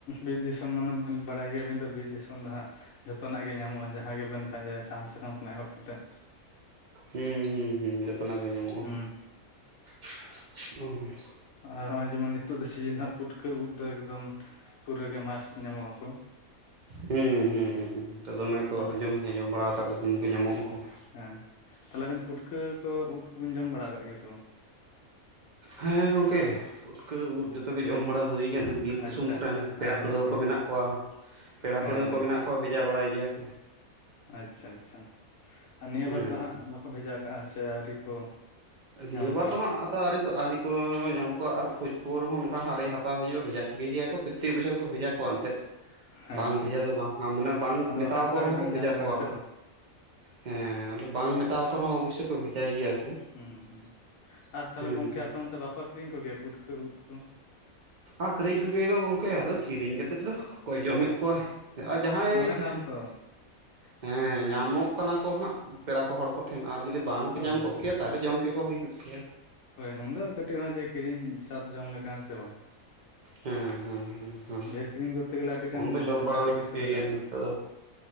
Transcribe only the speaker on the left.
ᱵᱤᱨ ᱫᱤᱥᱚᱢ ᱢᱟᱱᱮ ᱵᱮᱱ ᱵᱟᱲᱟᱭ ᱜᱮᱭᱟ ᱵᱮᱱ ᱛᱚ ᱵᱤᱨ ᱫᱤᱥᱚᱢ ᱫᱚ ᱦᱟᱸᱜ ᱡᱷᱚᱛᱚ ᱱᱟᱜ ᱜᱮ ᱧᱟᱢᱚᱜ-ᱟ, ᱡᱟᱦᱟᱸ ᱜᱮ ᱵᱮᱱ ᱯᱟᱸᱡᱟᱭᱟ ᱥᱟᱦᱟᱱ ᱥᱟᱠᱟᱢ ᱠᱷᱚᱱᱟᱜ ᱮᱦᱚᱵ ᱠᱟᱛᱮᱫ
ᱦᱩᱸ
ᱟᱨ ᱱᱚᱜ-ᱚᱭ ᱡᱮᱢᱚᱱ ᱱᱤᱛᱚᱜ ᱫᱚ ᱥᱤᱡᱤᱱ ᱫᱚ ᱦᱟᱸᱜ ᱯᱩᱴᱠᱟᱹ ᱩᱫᱽ ᱫᱚ ᱮᱠᱫᱚᱢ ᱯᱩᱨᱟᱹ ᱜᱮ ᱢᱟᱥᱴ ᱧᱟᱢᱚᱜ ᱟᱠᱚ᱾
ᱦᱩᱸ
ᱦᱮᱸ᱾ ᱛᱟᱦᱞᱮ ᱟᱵᱮᱱ ᱯᱩᱴᱠᱟᱹ ᱠᱚ ᱩᱫᱽ ᱠᱚᱵᱤᱱ ᱡᱚᱢ ᱵᱟᱲᱟᱣ ᱠᱟᱫ ᱜᱮᱭᱟ ᱥᱮ ᱵᱟᱝ?
ᱟᱪᱪᱷᱟ
ᱟᱪᱪᱷᱟ
ᱟᱹᱰᱤ
ᱱᱟᱯᱟᱭ
ᱦᱮᱸ
ᱦᱮᱸ
ᱟᱪᱪᱷᱟ ᱟᱪᱷᱟ᱾ ᱟᱨ ᱱᱤᱭᱟᱹ
ᱵᱟᱨ ᱫᱚ ᱦᱟᱸᱜ ᱵᱟᱠᱚ ᱵᱷᱮᱡᱟ ᱠᱟᱜᱼᱟ ᱥᱮ ᱟᱹᱣᱨᱤ ᱠᱚ
ᱧᱟᱢ
ᱠᱚᱣᱟ
ᱦᱮᱸ
ᱦᱮᱸ
ᱟᱫᱚ
ᱵᱟᱠᱷᱟᱡ ᱚᱠᱟᱨᱮᱵᱮᱱ
ᱧᱟᱢ
ᱦᱮᱸ ᱥᱮ
ᱵᱟᱝ
ᱦᱩᱸ ᱦᱩᱸ᱾ ᱟᱨ ᱛᱟᱦᱞᱮ
ᱜᱚᱝᱠᱮ
ᱟᱯᱮ ᱚᱱᱛᱮ ᱵᱟᱠᱚ ᱟᱹᱠᱷᱨᱤᱧ ᱠᱚ ᱜᱮᱭᱟ ᱯᱩᱴᱠᱟᱹ ᱩᱫᱽ ᱠᱚ?
ᱫᱚᱢᱮ
ᱫᱟᱢ ᱛᱚ
ᱦᱳᱭ
ᱦᱳᱭ
ᱦᱳᱭ ᱩᱱᱫᱚ ᱠᱟᱹᱴᱤᱡ ᱨᱮᱦᱚᱸ ᱡᱮ ᱠᱤᱨᱤᱧ ᱥᱟᱫᱷ ᱡᱚᱢ ᱞᱮᱠᱟ ᱥᱮ ᱵᱟᱝ
ᱰᱷᱮᱨ ᱠᱤᱨᱤᱧ ᱠᱚᱛᱮ ᱜᱮᱞᱮ ᱟᱹᱰᱤ ᱜᱟᱱ
ᱴᱟᱠᱟ
ᱯᱩᱭᱥᱟᱹ
ᱞᱟᱜᱟᱜᱼᱟ
ᱛᱚ?